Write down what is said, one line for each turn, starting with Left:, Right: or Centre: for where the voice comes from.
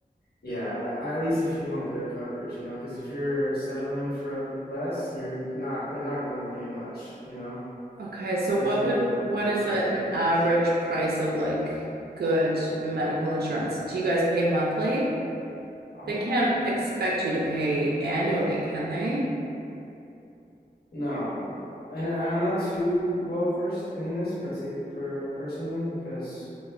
Left: yeah, I- at least if you want good coverage, you know, because if you're settling for less, you're not, they're not going to pay much, you know,
Right: Okay, so
Left: especially
Right: what would
Left: for like
Right: what
Left: the more
Right: is
Left: expensive
Right: an
Left: treatments.
Right: average price of like good medical insurance? Do you guys pay monthly?
Left: Um,
Right: They can't expect you to pay annually, can they?
Left: No, no, and and I'm not too well versed in this particular per, personally because